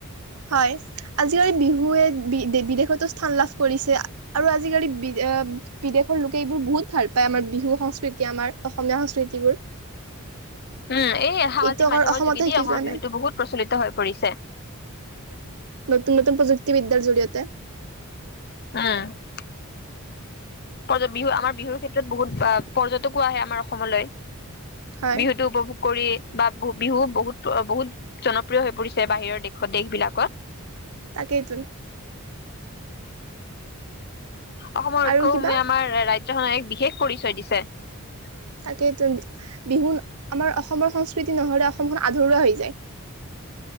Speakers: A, on the right (about 85°); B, on the left (about 45°).
A: হয় আজিকালি বিহুৱে বিদেশ বিদেশতো স্থান লাভ কৰিছে আৰু আজিকালি বি বিদেশৰ লোকে এইবোৰ বহুত ভাল পায় আমাৰ বিহু সংস্কৃতি আমাৰ অসমীয়া সংস্কৃতিবোৰ।
B: উম এই সামাজিক
A: এইটো অকল
B: মাধ্যমৰ
A: অসমতে
B: যোগেদি
A: শিকি
B: আমাৰ
A: যোৱা
B: বিহুতটো
A: নাই
B: বহুত প্ৰচলিত হৈ পৰিছে।
A: নতুন নতুন প্ৰযুক্তিবিদ্যাৰ জৰিয়তে।
B: উম। বিহু আমাৰ বিহুৰ ক্ষেত্ৰত বহুত পৰ্যটকো আহে আমাৰ অসমলৈ।
A: হয়
B: বিহুতটো উপভোগ। কৰি বা বিহু বহুত বহুত জনপ্ৰিয় হৈ পৰিছে বাহিৰৰ দেশত দেশ বিলাকত।
A: তাকেই তো।
B: অসমৰ উৎসসমূহে
A: আৰু কিবা
B: আমাৰ ৰাজ এক বিশেষ পৰিচয় দিছে।
A: তাকেইটো বিহু আমাৰ অসমৰ সংস্কৃতি নহলে অসমখন আধৰুৱা হৈ যায়।